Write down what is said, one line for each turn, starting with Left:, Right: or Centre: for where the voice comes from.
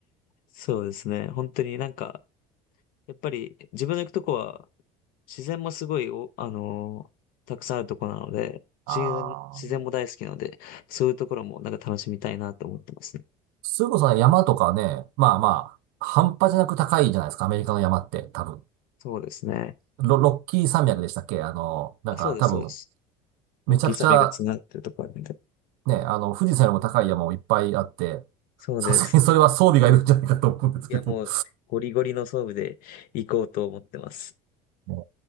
Left: そうですね。本当になんか、やっぱり自分の行くとこは自然もすごいお、あのーたくさんあるとこなので、
Right: ああ、
Left: 自然、自然も大好きなので、そういうところもなんか楽しみたいなと思ってますね。
Right: それこそね山とかね、まあまあ、半端じゃなく高いじゃないですか。アメリカの山って、多分。
Left: そうですね。
Right: ロ、ロッキー山脈でしたっけあの、なんか多分、
Left: あ、そうです、そうです。
Right: めちゃくちゃ、
Left: ロッキー山脈が繋がってるところなんで。
Right: ね、あの、富士山よりも高い山もいっぱいあって、
Left: そうです。
Right: さすがにそれは装備がいるんじゃないかと思うんですけど。
Left: いや、もう、ゴリゴリの装備で行こうと思ってます。
Right: ね